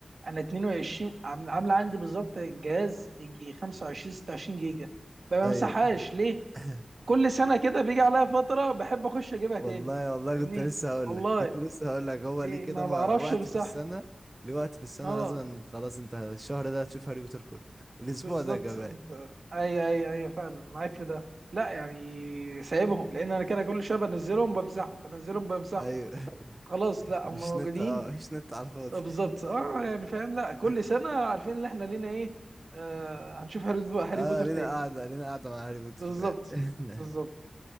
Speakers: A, on the right (about 70°); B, on the right (about 30°).
A: أنا 22 عام- عاملة عندي بالظبط جهاز يجي 25 26 جيجا ما
B: ايوه
A: بمسحهاش ليه؟
B: <laughs>
A: كل سنة كده بيجي عليا فترة بحب أخش أجيبها تاني
B: والله والله
A: فاهمني؟
B: كنت لسه هقول
A: والله
B: لك كنت لسه هقول لك هو
A: ليه
B: ليه كده
A: ما
B: ما
A: بعرفش
B: وقت
A: أمسحها
B: في السنة ليه وقت في السنة
A: آه
B: لازم أن- خلاص انت الشهر ده هتشوف هاري بوتر كله <laughs> الاسبوع
A: بالظبط
B: ده كمان
A: انت اي اي اي فعلا معاك في ده لا يعني سايبهم لان انا كده كل شويه بنزلهم بمسحهم بنزلهم بمسحهم
B: ايوه <laughs>
A: خلاص لا
B: مش
A: هم موجودين
B: نت اه مش نت على الفاضي
A: بالظبط اه يعني فاهم لا كل
B: <laughs>
A: سنه عارفين ان احنا لينا ايه آه هنشوف هاري, بو- هاري
B: اه
A: بوتر
B: لينا
A: تاني
B: قاعدة لينا قاعدة مع هاري بوتر
A: بالظبط
B: فعلا <laughs>
A: بالظبط